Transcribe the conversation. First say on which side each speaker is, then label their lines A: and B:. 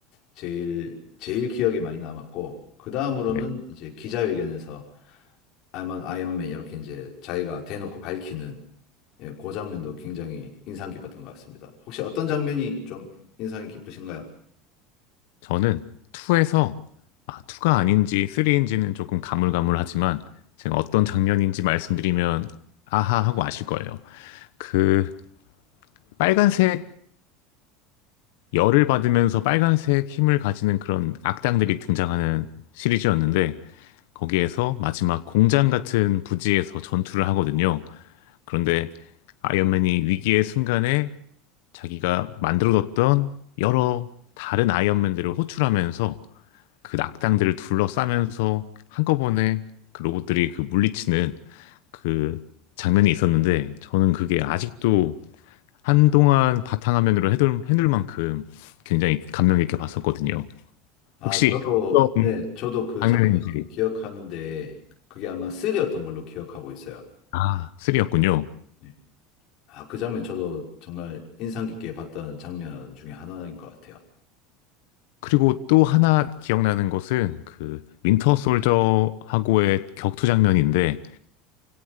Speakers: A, on the left (about 40°); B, on the left (about 70°).
A: 제일, 제일 기억에 많이 남았고, 그 다음으로는
B: 네.
A: 이제 기자회견에서 I'm an Iron Man 이렇게 이제 자기가 대놓고 밝히는 예, 그 장면도 굉장히 인상 깊었던 것 같습니다. 혹시 어떤 장면이 좀 인상이 깊으신가요?
B: 저는 2에서 아, 2가 아닌지 3인지는 조금 가물가물하지만 제가 어떤 장면인지 말씀드리면 아하 하고 아실 거예요. 그 빨간색 열을 받으면서 빨간색 힘을 가지는 그런 악당들이 등장하는 시리즈였는데 거기에서 마지막 공장 같은 부지에서 전투를 하거든요. 그런데 아이언맨이 위기의 순간에 자기가 만들어 뒀던 여러 다른 아이언맨들을 호출하면서 그 악당들을 둘러싸면서 한꺼번에 그 로봇들이 그 물리치는 그 장면이 있었는데 저는 그게 아직도 한동안 바탕화면으로 해둘, 해둘 만큼 굉장히 감명 깊게 봤었거든요.
A: 아,
B: 혹시
A: 저도,
B: 어떤
A: 네, 저도 그
B: 장면인지
A: 장면 기억하는데 그게 아마 3였던 걸로 기억하고 있어요.
B: 아, 3였군요.
A: 네. 아, 그 장면 저도 정말 인상 깊게 봤던 장면 중에 하나인 것 같아요.
B: 그리고 또 하나 기억나는 것은 그 윈터 솔저하고의 격투 장면인데